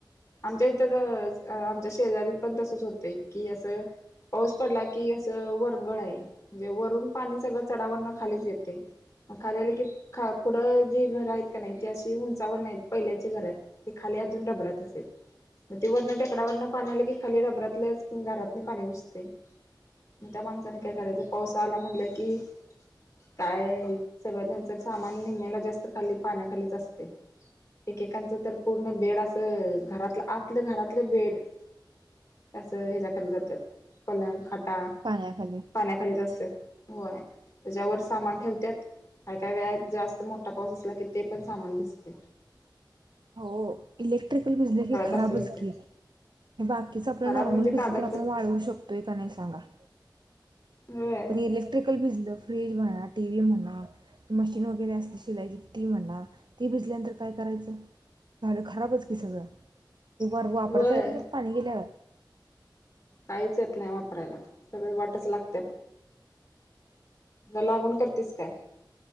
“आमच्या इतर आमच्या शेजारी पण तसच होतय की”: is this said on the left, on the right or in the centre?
Left